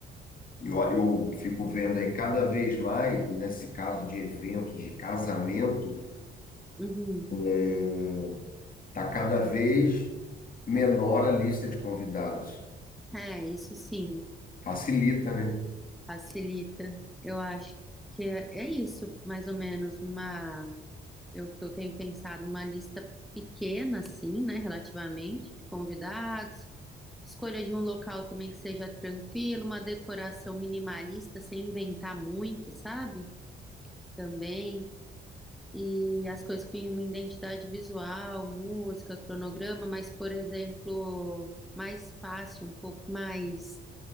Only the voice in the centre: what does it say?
uhum.
É, isso sim,
facilita. Eu acho que é, é isso, mais ou menos, uma, eu que eu tenho pensado, uma lista pequena, assim, né, relativamente, de convidados, escolha de um local também que seja tranquilo, uma decoração minimalista, sem inventar muito, sabe? Também. e as coisas com uma identidade visual, música, cronograma, mas, por exemplo, mais fácil, um pouco mais,